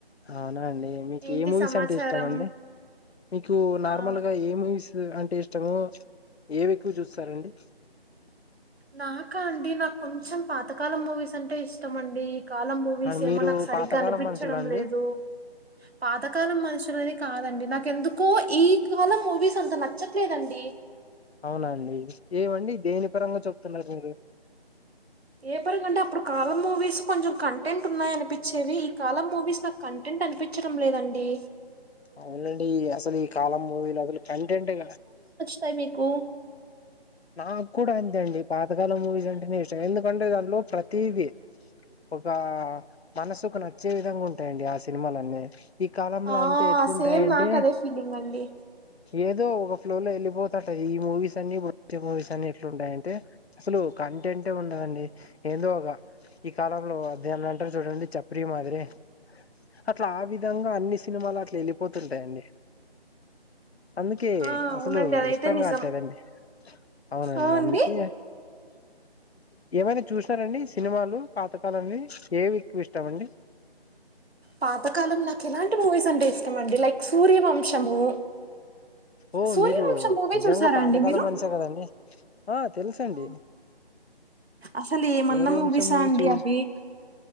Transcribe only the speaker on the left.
అవునా అండి మీకు
ఏ మూవీస్
అంటే ఇష్టం అండి మీకు నార్మల్
గా ఏ మూవీస్ అం టేష్టమో ఏవి ఎక్కువ చూస్తారండి
అండ్
మీరు
పాతకాలం
మనుషులా అండి
అవునా అండి ఏమండి దేని పరంగా చెప్తున్నారు మీరు
అవునండి అసలు ఈ కాలం మూవీలు అసలు కంటెంటే
నాక్కూడా అంతే అండి పాత గాలం మూవీస్ అంటేనే ఇష్టం ఎందుకంటే దానిలో ప్రతిదీ ఒక మనసుకు నచ్చే విధంగా ఉంటాయండి ఆ సినిమాలన్నీ ఈ కాలంలా
అంతే ఎట్లుంటాయంటే
ఏ దో ఒక ఫ్లో లో వెళ్ళిపోతంటాయ్ ఈ మూవీస్ అన్ని ఇప్పుడు మూవీస్ అన్ని ఎట్లా ఉంటాయంటే అసలు కంటెంటే ఉండదండి ఏందో ఒక ఈ కాలంలో దాన్ని అంటారు చూడండి చప్పరి మాదిరి అట్లా ఆ విధంగా అన్ని సినిమాలు అట్లా వెళ్ళిపోతుంటాయండి అందుకే
అసలు
ఇష్టం
కావట్లేదండి అవునండి
అందుకే ఏమైనా చూసినారండి సినిమాలు పాతకాలంవి ఏవి ఎక్కువ ఇష్టామ అండి
ఓ
మీరు
నిజంగా
పాతకాలం
మనిషే కదండి ఆ తెలుసు అండి
సూర్య
వంశం మూవీ
చూసి